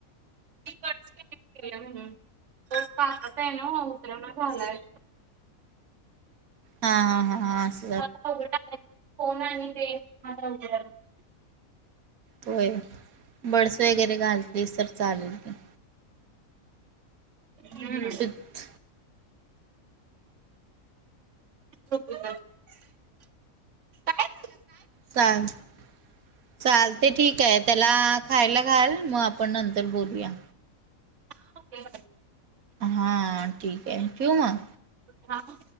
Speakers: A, on the right; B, on the right.
A: <unintelligible> काकत आहे ना ओ उतरण झालाय.
B: हा हा असू
A: <unintelligible>
B: होय, बडस वगैरे घालतीस तर चालेल की.
A: हम्म.
B: ब्लूटूथ
A: <unintelligible> काय झालं?
B: <unintelligible> चालतय ठीक आहे त्याला खायला घाल म आपण नंतर बोलूया.
A: <unintelligible>
B: हा ठीकय, ठिऊ म.
A: हा.